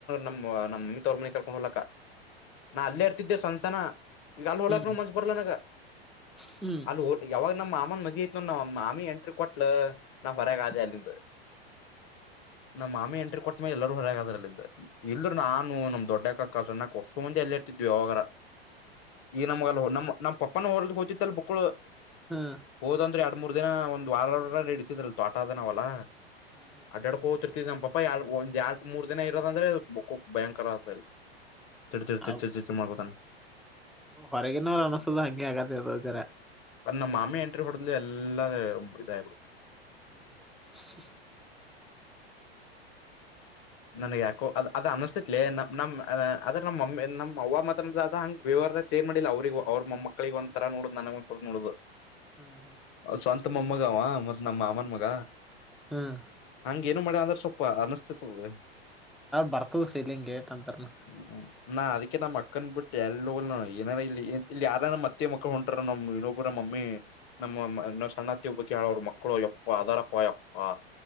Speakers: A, on the left; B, in the centre.
A: ನಮ್ಮ ನಮ್ಮಿ ತವ್ರ ಮನೆ ಕರ್ಕೊಂಡ್ ಹೋಗಲಕ ನಾ ಅಲ್ಲೇರ್ತಿದ್ದೆ ಸವಂತನ ಈಗ ಅಲ್ಲಿ ಹ ಹೊೋಲಾಕ್
B: ಹ್ಮ್
A: ನ್ ಮನ್ಸ್ ಬರ್ಲ ನಗ
B: ಹ್ಮ್ ಹ್ಮ್
A: ಅಲ್ಲಿ ಹ ಯಾವಾಗ ನಮ್ಮ ಮಾಮನ್ ಮದಿ ಐತಿ ಆಮಿ ಎಂಟ್ರಿ ಕೊಟ್ಲ ನಾ
B: ಹ್ಮ್
A: ಹೊರಗಾದೆ ಅಲ್ಲಿಂದ ನಮ್ಮ ಮಾಮಿ ಎಂಟ್ರ ಕೊಟ್ಟ ಎಲ್ಲರೂ ಹೊರಗದ್ರ ಅಲ್ಲಿಂದ ಇಲ್ರು ನಾನು ನಮ್ ದೊಡ್ಡಕ್ಕ ಸುನ್ನಕ್ ಅಷ್ಟ ಮಂದಿ ಎಲ್ಲಿ <unintelligible> ಯಾವಾಗ ಈಗ ನಮಗ ನಮ್ಮ ನಮ್ಮ್ ಪಪ್ಪನ ಹೊರ್ ಹತಿದ್ದಲ್ ಬುಕ್ಕಳು
B: ಹ್ಮ್
A: ಹೋದಂದ್ರೆ ಎರಡ್ ಮೂರ್ ದಿನ ಒಂದ ವಾರ ವಾರ ಇಡ್ತಿದ್ರಲ್ ತೋಟ ಅದವಾವಲ್ಲಾ
B: ಹ್ಮ ಹ್ಮ್
A: ಅಡ್ಡಾಡ್ಕ ಹೋಗ್ತಿರ್ತಿದ್ ನ್ ಎಾಳ್ ಒಂದ್ ಎರಡು ಮೂರ್ ದಿನ ಇರದ ಅ ಬಕ್ ಭಯಂಕರ ಆಗ್ತ ಚಿ ಚಿ
B: ಹೌ
A: ಚಿ ಚಿ ಚಮಾ ಕೊದ
B: ಹೊರಗಿನವ್ರು ಅನಸೋದು ಹಂಗೆ ಆಗತ್ತ ಅದ ಜರ
A: ಅ ನಮ್ಮ ಮಾಮಿ ಎಂಟ್ರಿ ಹೊಡದ್ಲು ಎಲ್ಲಾ ಇದ ಆಬಿಡುತ್ತೆ
B: ಹ್ಮ್
A: ನನ್ಗ್ ಯಾಕೋ ಅ ಅದ ಅನಿಸ್ತತ್ಲಿ ನಮ್ಮ್ ಅದ್ರ ನಮ್ಮಮ್ಮಿ ನಮ್ ಅವವ ಮಾತ್ರ ಹಂಗ ವಿವದ ಏ ಮಾಡಿಲ್ಲ ಅವ್ರಗ ಅವ್ರ ಮೊ ಮಕ್ಕಳಿಗೆ ಒಂಂತರ ನೋಡುದು್ ನನಗ ಒಂದಥ ನೋಡ್ದುದು
B: ಹಾ ಹಾ
A: ಸ್ವಂತ ಮಮ್ಮಗ ಅವ ಮತ್ ನಮ್ಮ ಅಮ್ಮನ್ ಮಗ
B: ಹ್ಮ್
A: ಹಂಗ ಏನು ಮಾಡ್ಯ ಅಂದ್ರೆ ಸ್ವಲ್ಪ ಅನಿಸ್ತಿತದದೆ
B: ಬರ್ತದ್ ಸಲಿಂಗಗೆ ಟ್ ಅಂತಾರ
A: ಹ್ಮ್ ನಾ ಅದಕ್ಕೆ ನಮ್ಮ ಅಕ್ಕನ್ ಬಿಟ್ಟು ಎಲ್ಗ ಏನಾರ ಇ ಇಲ್ಲಿ ಯಾರ ಮತ್ತೆ ಮಕ್ಳು ಹೊಂಟ ನಮ್ ಇನ್ನೊಬ್ಬುರ ಮಮ್ಮಿ ನಮ್ಮ ಇ ಸಣ್ಣತ್ತ ಹಬ್ಬಿ ಹೇಳೋರು ಮಕ್ಕಳು ಯಪ್ಪ ಅದಾರಪ್ಪ ಯಪ್ಪಾ